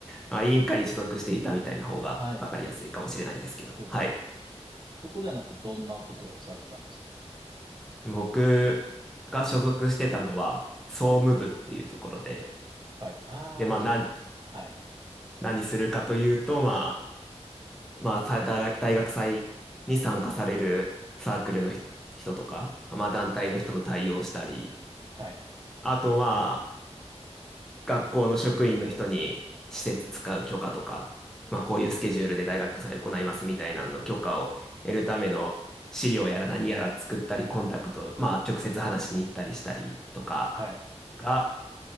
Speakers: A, in the centre; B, on the right.
A: まあ、委員会に所属していたみたいな方が分かりやすいかもしれないですけど。
B: はい、はい。そうですね。
A: はい。
B: そこではなんかどんなことをされてたんですか
A: 僕が所属してたのは、総務部っていうところで、
B: はい。ああ、
A: で、まあ、
B: じゃあ。
A: な、
B: はい。
A: 何するかというと、まあ、まあ、さ大大学祭に参加されるサークルの人とか、まあ、団体の人の対応をしたり、
B: はい。
A: あと、まあ、学校の職員の人に施設使う許可とか、まあこういうスケジュールで大学祭行いますみたいなのの許可を得るための資料やら何やら作ったり、コンタクト、まあ直接話しに行ったりしたりとか
B: はい。
A: が